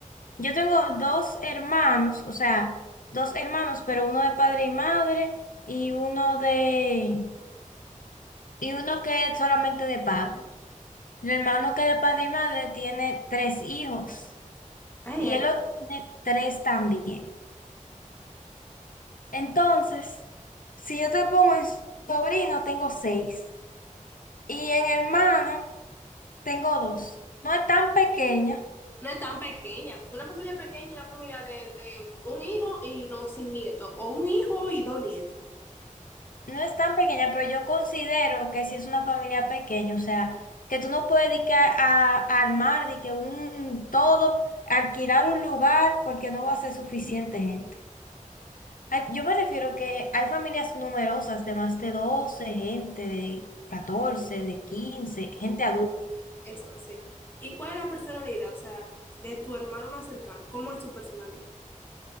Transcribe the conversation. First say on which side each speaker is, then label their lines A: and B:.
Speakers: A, on the left; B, on the left.
A: yo tengo dos hermanos, o sea, dos hermanos, pero uno de padre y madre y uno de, y uno que es solamente de padre. El hermano que de padre y madre tiene tres hijos
B: Ay,
A: y
B: ay.
A: el otro tiene tres también. Entonces, si yo te pongo en sobrino, tengo seis y en hermano tengo dos. No es tan pequeña,
B: No es tan pequeña, porque una familia pequeña es una familia de, de un hijo y no sin nieto, o un hijo y dos nietos.
A: no es tan pequeña, pero yo considero que si es una familia pequeña, o sea, que tú no puedes dedicar a, a armar de que un todo, alquilar un lugar porque no va a ser suficiente gente. Ay, Yo me refiero que hay familias numerosas de más de 12 gente de catorce de 15 gente adulta.
B: Eso, sí. ¿Y cuál es la personalidad? O sea, de tu hermano más cercano, ¿cómo es su personalidad?